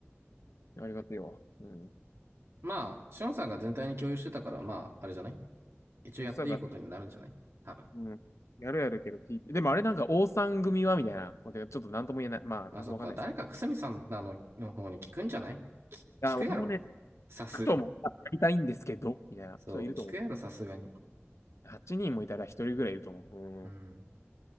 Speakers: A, on the left (about 85°); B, on the right (about 65°).
A: ありがたいわ。うん。
B: まあ、シオンさんが全体に共有してたから、まあ、あれじゃない一応やっていいことになるんじゃない多分。
A: 言ってたから、うん。やるやるけど、ピーピーでもあれなんか、王さん組はみたいなことがちょっとなんとも言えない。まあ、
B: あ、
A: なんともわかんないです。
B: そっか。誰かくすみさんあのの方に聞くんじゃない
A: あ、
B: き聞くやろ
A: 俺もね、聞
B: さす。
A: くともやりたいんですけど、みたいな人はいると思
B: そう、聞くやろ、さすがに。
A: う。8人もいたら一人ぐらいいると思う。
B: うん。
A: うん。